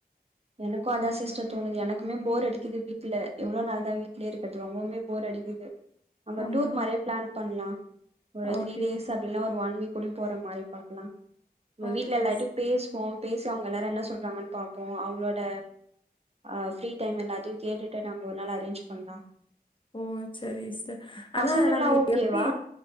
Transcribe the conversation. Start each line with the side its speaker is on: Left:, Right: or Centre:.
Right: எனக்கு அதா சிஸ்டர் தோணுது எனக்குமே போர் அடிக்குது வீட்ல எவ்வளோ நாள் தா வீட்லயே இருக்கறது ரொம்பவுமே போர் அடிக்குது நம்ம
Left: ஆமா
Right: டூர் மாரி பிளான் பண்லா ஒரு
Left: ஓகே
Right: த்ரீ டேஸ் அப்பில்லன்னா ஒரு ஒன் வீக் கூடி போற மாரி பாக்கலா உங்க
Left: ஓகே
Right: வீட்ல எல்லார்ட்டியு
Left: சிஸ்
Right: பேசுவோ பேசி அவுங்க எல்லாரு என்ன சொல்றாங்கன்னு பாப்போ ஆ அவுங்களோட ஆ ஃப்ரீ டைம் எல்லாத்தையு கேட்டுட்டு நம்ம ஒரு நாள் அரேஞ்ச் பண்லா
Left: ஓ சரி சிஸ்டர் ஆனா
Right: பசங்கள்லா
Left: நம்ம
Right: ஓகேவா
Left: எப்டி